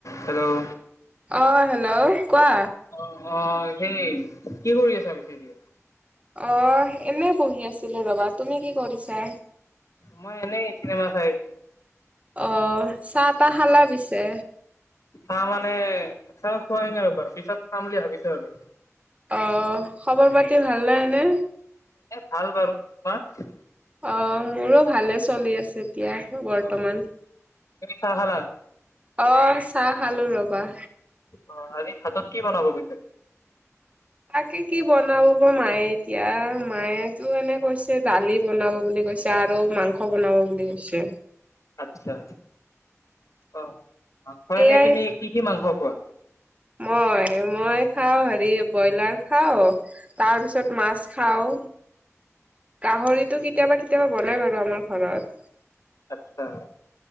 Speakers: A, on the left; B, on the right.
A: হেল্ল'
B: অৱ হেল্ল' কোৱা।
A: অ অ সেই কি কৰি আছা বিশেষকে?
B: অ এনেই বহি আছিলোঁ ৰ'বা তুমি কি কৰিছা?
A: মই এনেই চিনেমা চাইছো।
B: অ চাহ তাহ খালা পিছে।
A: চাহ মানে চাহ খোৱাই নাই ৰবা পিছত খাম বুলি ভাবিছো আৰু
B: অ খৱৰ পাতি ভাল নাই নে!
A: এ ভাল বাৰু তোমাৰ?
B: অ মোৰো ভালে চলি আছে এতিয়া। বৰ্তমান,
A: অ তুমি চাহ খালা?
B: অ চাহ খালো ৰবা।
A: অ আজি ভাতত কি বনাব পিছে।
B: তাকে কি বনাব বা মায়ে। এতিয়া মায়েতো এনে কৈছে দালি বনাব বুলি কৈছে আৰু মাংস বনাব বুলি কৈছে।
A: আচ্ছা, অ মাংস
B: সেয়াই
A: এনেই তুমি কি কি মাংস খোৱা?
B: মই মই খাও হেৰি ব্ৰইলাৰ খাও তাৰপিছত মাছ খাওঁ গাহৰিটো কেতিয়াবা কেতিয়াবা বনাই বাৰু আমাৰ ঘৰত।
A: আচছা,